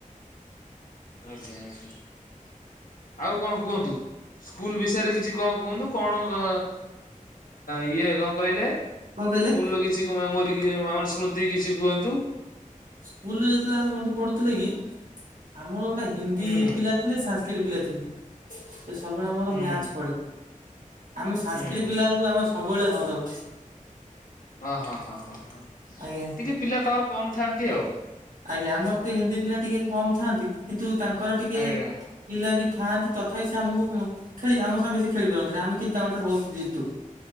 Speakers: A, on the left (about 80°); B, on the right (about 80°).
A: ଆଉ କଣ କୁହନ୍ତୁ? ସ୍କୁଲ ବିଷୟରେ କିଛି କଣ କୁହନ୍ତୁ କଣ ଅ ଇଏ କଣ କହିଲେ?
B: କଣ କହିଲେ?
A: ସ୍କୁଲର କିଛି କ ମେମୋରି ମ ଆମର ସ୍ମୃତି କିଛି କୁହନ୍ତୁ?
B: ସ୍କୁଲରେ ଯେତେବେଳେ ଆମେ ବନ୍ଧୁ ପଢୁଥିଲେ କି ଆମର ଗୋଟେ ହିନ୍ଦୀ
A: ହୁଁ
B: ପିଲା ଥିଲେ ସାକ୍ରିଟ ପିଲା ଥିଲେ। ସେ ସବୁବେଳେ ଆମର
A: ହୁଁ
B: ମ୍ୟାଚ ପଡେ ଆମେ ସାଂସ୍କିଟି
A: ହୁଁ
B: ପିଲାଙ୍କୁ ଆମେ ସବୁବେଳେ ହରଉ।
A: ଅ ହଁ ହଁ ହଁ ହଁ
B: ଆଜ୍ଞା।
A: ଟିକେ ପିଲା ତାଙ୍କର କମ୍ ଥାଆନ୍ତି ଆଉ।
B: ଆଜ୍ଞା ଆମର ତ ହିନ୍ଦୀ ପିଲା ଟିକେ କମ ଥାଆନ୍ତି କିନ୍ତୁ ତାଙ୍କର ଟିକେ
A: ଆଜ୍ଞା
B: ପିଲା ବି ଥାଆନ୍ତି ତଥାପି ସେ ଆମକୁ ହୁଁ ଖେଳିବେ ଆମ ସାଙ୍ଗେ ବେଶୀ ଖେଳିବେ ମଝିରେ ଆମେ କିନ୍ତୁ ତାଙ୍କଠାରୁ ବହୁତ ଜିତୁ।